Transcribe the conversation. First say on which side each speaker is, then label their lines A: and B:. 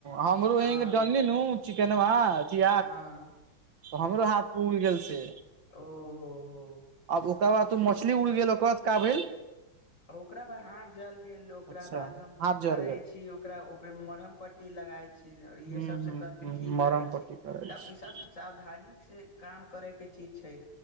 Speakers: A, on the right; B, on the left.
A: हमरो
B: हँ
A: डनल न चिकेनबा तऽ
B: हँ
A: हमरो हाथ मे उड़ गेल छै
B: ओहो हो
A: आब ओकरा बाद तू मछली उड़ गेल ओकर बाद का भेल
B: ओकरा बाद हाथ जलि गेल ओकरा
A: अच्छा
B: बाद हम
A: हाथ जड़
B: करै
A: गेल
B: छी ओकरा ओहिप मरहम पट्टी लगाइ छी इएहे
A: हूँ
B: सभसँ
A: हूँ
B: करके
A: हूँ
B: ठीक
A: मरम
B: करैत
A: पट्टी
B: छी
A: करै
B: तब
A: छी
B: इ सब सावधानी से काम करैके चीज छै